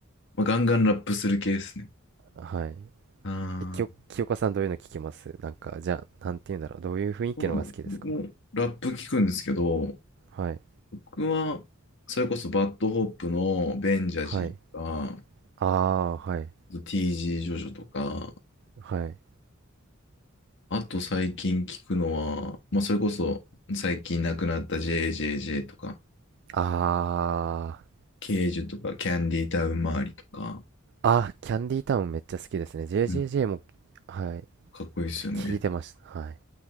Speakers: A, on the left; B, on the right.
A: あ、ガンガンラップする系ですね。
B: う。はい。
A: ああ。
B: え、きよ、清香さんどういうの聞きますなんか、じゃあ、なんて言うんだろう。どういう雰囲気のが好きですか
A: うん、僕もラップ聞くんですけど、
B: はい。
A: 僕は、それこそバッドホップのベンジャジーとか、
B: はい。ああ、はい。
A: TG ジージョジョとか、
B: はい。
A: あと最近聞くのは、まあ、それこそ最近亡くなった JJJ とか、
B: ああ。
A: ケージュとか、キャンディータウン周りとか、
B: あ、キャンディータウンめっちゃ好きですね。JJJ
A: うん、
B: も、はい。
A: かっこいいですよね。
B: 聞いてました。はい。